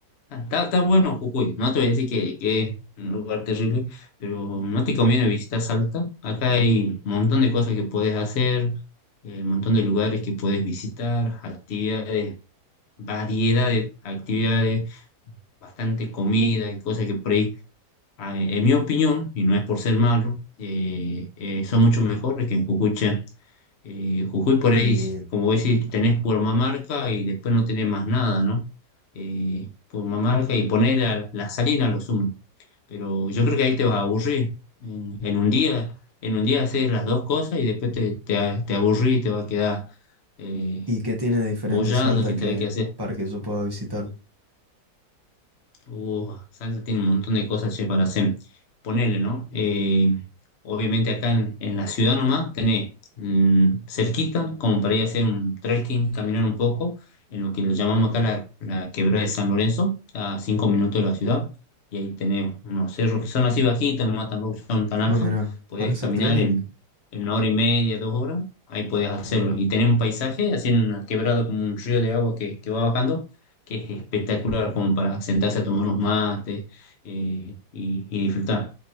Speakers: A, on the left; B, on the right.
A: ah, está, está bueno Jujuy. No te voy a decir que, que es un lugar terrible, pero no te conviene visitar Salta. Acá hay un montón de cosas que puedes hacer, eh, un montón de lugares que puedes visitar, actividades, variedad de actividades, bastante comida y cosas que por ahí, ah, en mi opinión, y no es por ser malo, eh, eh, son mucho mejores que en Jujuy. che. Eh, Jujuy por
B: ¿Y,
A: ahí, como vos decís, tenés Purmamarca y después no tenés más nada, ¿no? Eh, Purmamarca y poner la, la salina a lo sumo. Pero yo creo que ahí te vas a aburrir. En, en un día, en un día haces las dos cosas y después te, te, te aburrís y te va a quedar eh,
B: y qué tiene de diferente
A: boyando
B: Salta
A: sin
B: que
A: saber qué hacer.
B: para que yo pueda visitar?
A: Uh, Salta tiene un montón de cosas, che, para hacer. Ponele, ¿no? Eh, obviamente acá en, en la ciudad nomás tenés mm, cerquita, como para ir a hacer un trekking, caminar un poco, en lo que le llamamos acá la, la Quebrada de San Lorenzo, a cinco minutos de la ciudad, y ahí tenés unos cerros que son así bajitos, nomás tampoco son tan altos,
B: Ah, mira,
A: podés
B: ¿para hacer
A: caminar
B: trekking?
A: en, en una hora y media, dos horas, ahí podés hacerlo, y tenés un paisaje, así en una quebrada como un río de agua que, que va bajando que es espectacular como para sentarse a tomar unos mates eh, y, y disfrutar.